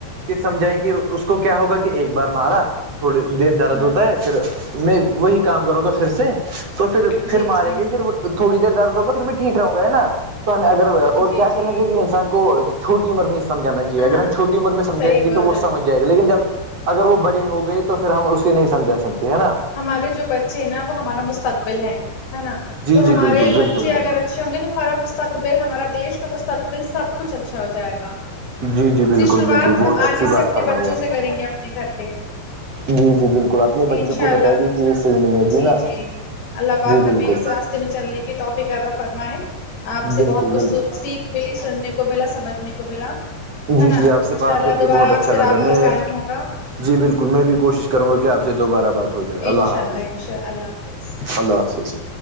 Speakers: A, on the right (about 40°); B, on the left (about 75°).
A: کے سمجھائیں گے اس کو کیا ہوگا کہ ایک بار مارا تھوڑی دیر درد
B: ہاں
A: ہوتا ہے پھر میں وہی کام کروں گا پھر سے تو پھر پھر
B: جی
A: ماریں
B: جی
A: گے پھر تھوڑی دیر درد ہوگا پھر میں ٹھیک رہوں گا ہے نا تو ہمیں اگر اور
B: جی
A: کیا
B: جی
A: کرنا چاہیے کہ انسان کو چھوٹی عمر میں سمجھانا چاہیے
B: ہاں
A: اگر
B: ہاں
A: ہم
B: ہاں،
A: چھوٹی عمر میں سمجھائیںے
B: صحیح بول
A: تو وہ
B: رہے
A: سمجھ
B: ہیں
A: جائے گا لیکن جب اگر وہ بڑی ہو گئی تو پھر ہم اس کو نہیں سمجھا سکتے ہیں نا
B: ہمارے جو بچے ہیں نا وہ ہمارا مست تقبل ہے نا
A: جی
B: تو
A: جی
B: ہمارے
A: بالکل بالکل
B: بچے اگر
A: بالکل
B: اچھے ہوں گے تو ہمارا مستق تقبل ہمارا دیش کا مستقبل سب کچھ اچھا ہو جائے گا
A: جی جی
B: اس
A: بالکل
B: لیے شروعات
A: بالکل بہت
B: ہم
A: اچھی
B: آج ہی
A: بات
B: سے اپنے
A: فرمائی
B: بچوں
A: آپ
B: سے
A: نے
B: کریں گے اپنے گھر کے
A: جی جی بالکل اپنے بچوں
B: انشاء
A: کو
B: اللہ
A: بتائے گی کہ یہ صحیح نہیں ہے
B: جی
A: نا
B: جی اللہ پاک
A: جی بالکل
B: ہمیں اس راستے میں چلنے کی توفیق عطا فرمائے آپ سے
A: بالکل
B: بہت کچھ
A: بالکل
B: سیکھ سیکھ ملی سننے کو بلا سمجھنے کو ملا
A: جی
B: ہے نا
A: جی آپ سے
B: انشاء
A: بات
B: اللہ
A: کر کے
B: دوبارہ
A: بہت اچھا
B: آپ سے
A: لگا
B: رابطہ
A: میں
B: قائم ہوگا
A: جی بالکل میں بھی کوشش کروں گا کہ آپ سے دوبارہ بات ہو جائے اللہ
B: انشاء
A: حافظ
B: انشاء اللہ اللہ حافظ
A: اللہ حافظ